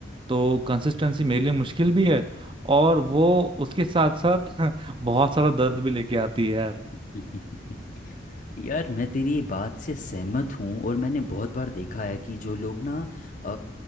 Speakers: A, on the right (about 25°); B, on the left (about 40°).
A: तो कंसिस्टेंसी मेरे लिए मुश्किल भी है और वो उसके साथ साथ <laughs> बहुत सारा दर्द भी लेके आती है यार
B: <laughs> यार मैं तेरी ये बात से सहमत हूँ और मैंने बहुत बार देखा है कि जो लोग ना अ,